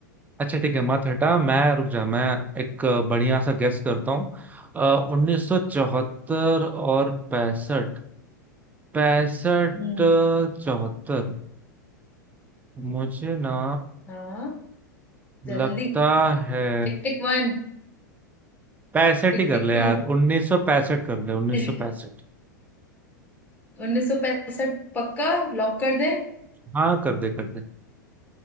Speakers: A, on the right; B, on the left.
A: अच्छा, ठीक है मत हटा मैं रुक जा मैं एक बढ़िया सा गेस करता हूँ उन्नीस सौ चौहत्तर और पैंसठ पैंसठ
B: हम्म
A: चौहत्तर मुझे ना
B: हाँ जल्दी
A: लगता है
B: Tick tick one
A: पैंसठ
B: Tick
A: ही कर
B: tick
A: ले
B: to
A: यार उन्नीस सौ पैंसठ कर ले उन्नीस
B: <laughs>
A: सौ पैंसठ
B: उन्नीस सौ पैंसठ पक्का लॉक कर दे
A: हाँ कर दे कर दे